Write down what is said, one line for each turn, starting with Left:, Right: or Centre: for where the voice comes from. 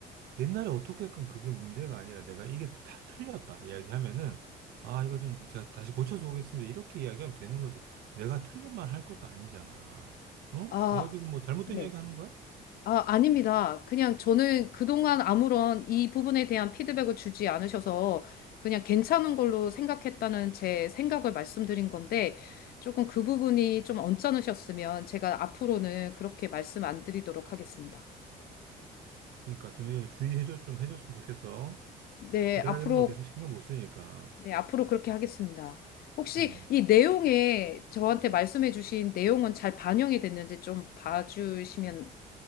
Right: 옛날에 어떻게든 그게 문제가 아니라 내가 이게 다 틀렸다 이야기하면은 아 이거 좀 제가 다시 고쳐서 오겠습니다 이렇게 이야기하면 되는 거지 내가 틀린 말 할 것도 아니잖아 어?
Left: 아,
Right: 내가 지금 뭐 잘못된
Left: 네.
Right: 이야기 하는 거야?
Left: 아, 아닙니다. 그냥 저는 그동안 아무런 이 부분에 대한 피드백을 주지 않으셔서 그냥 괜찮은 걸로 생각했다는 제 생각을 말씀드린 건데 조금 그 부분이 좀 언짢으셨으면 제가 앞으로는 그렇게 말씀 안 드리도록 하겠습니다.
Right: 그러니까 좀 이거 좀 주의해 줘 좀 해줬으면 좋겠어
Left: 네,
Right: 내가
Left: 앞으로,
Right: 이런 거 계속 신경 못 쓰니까
Left: 네, 앞으로 그렇게 하겠습니다. 혹시
Right: 음.
Left: 이 내용에 저한테 말씀해 주신 내용은 잘 반영이 됐는지 좀 봐주시면,